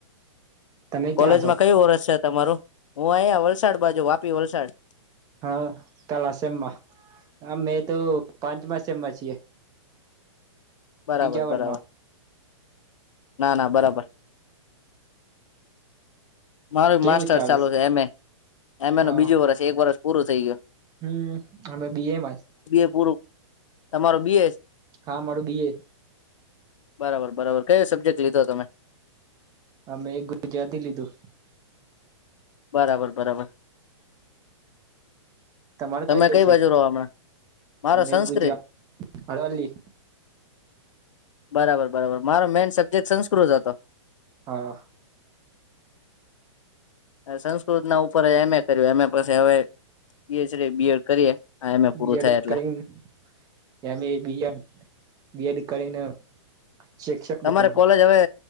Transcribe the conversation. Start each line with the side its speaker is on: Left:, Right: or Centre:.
Right: તમે
Left: કોલેજમાં
Right: ક્યાં છો
Left: કયું વર્ષ છે? તમારુ? હું આયા વલસાડ બાજુ, વાપી-વલસાડ
Right: હા, કયા સેમમાં? અમે તો પાંચમા સેમમાં છીએ.
Left: બરાબર,
Right: બીજા
Left: બરાબર.
Right: વનમાં
Left: ના, ના, બરાબર. મારું
Right: કેવું
Left: માસ્ટર
Right: ચાલે
Left: ચાલુ છે. એમ. એ, એમ. એ નું
Right: હા
Left: બીજું વર્ષ પૂરું થઈ ગયું.
Right: હમ, તમે બી. એ. માં જ?
Left: બે પૂરું? તમારો બી. એ. છે?
Right: હા મારું બીએ
Left: બરાબર, બરાબર. કયો સબ્જેક્ટ લીધો તમે?
Right: અમે એક ગુજરાથી લીધું.
Left: બરાબર, બરાબર.
Right: તમારે
Left: તમે
Right: કયો
Left: કઈ
Right: વિષય
Left: બાજુ રહો હમણાં, મારો
Right: અમે
Left: સંસ્કૃત
Right: એક ગુજરાત અરવલ્લી
Left: બરાબર, બરાબર. મારો મેઈન સબ્જેક્ટ સંસ્કૃત હતો.
Right: હા.
Left: સંસ્કૃત ના ઉપર જ એમ. એ કર્યું, એ. મે પછી હવે પીએચડી, બી. એડ. કરીએ. એમ. એ. પૂરું
Right: બીએડ
Left: થાય એટલે.
Right: કરીને એમ. એ., બી. એડ. કરીને શિક્ષક
Left: તમારે
Right: બનવાનું
Left: કોલેજ હવે